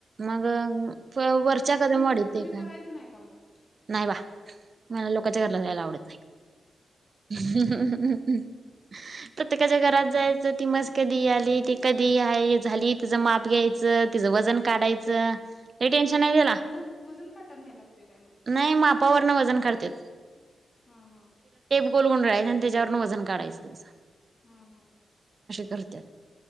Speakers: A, on the right; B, on the left.
A: मग वरच्या
B: मग
A: कदम
B: तुम
A: वाढत
B: तुम्ही
A: काय
B: करायचं नाही का मग
A: नाही बा मला लोकच्या घराला जायला आवडेत ह ह प्रत्येकाच्या घरात जायचं ती मज कधी आली ती कधी झाली तिचं माप घ्यायचं तिचं वजन काढायचं हे टेन्शन आहे त्याला
B: वजन वजन कटण या्यायला लागतोय काय मग
A: नाही मापावरन वजन करते
B: हम् हम्
A: गोलगुण राहायं आणि त्याच्यावरून वजन काढयचंं
B: हम्म हम्
A: करत